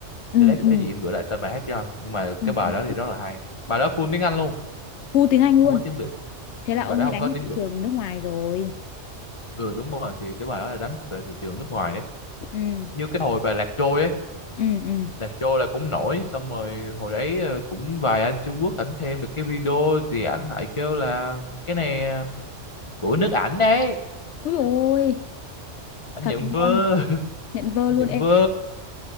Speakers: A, on the left; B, on the left.
A: ừ
B: để lát
A: ừ
B: cái gì em gửi lại tên bài hát cho nhưng mà
A: ừ
B: cái bài đó thì
A: ừ.
B: rất là hay bài đó full tiếng Anh luôn
A: full tiếng Anh luôn
B: không có tiếng Việt
A: thế
B: bài
A: là ông
B: đó
A: ấy
B: không
A: đánh
B: có tiếng
A: vào thị
B: Việt
A: trường nước ngoài rồi
B: ừ đúng rồi thì cái bài đó là đánh về thị trường nước ngoài đấy
A: ừ
B: như cái hồi bài Lạc Trôi ấy
A: ừ ừ
B: Lạc Trôi là cũng nổi xong rồi hồi đấy ờ, cũng vài anh Trung Quốc ảnh thêm được cái video gì ảnh lại kêu là cái này ờ, của nước ảnh đấy
A: ui ôi
B: ảnh
A: thật
B: nhận vơ
A: luôn
B: <laughs>
A: nhận vơ
B: ảnh
A: luôn
B: nhận
A: Ê,
B: vơ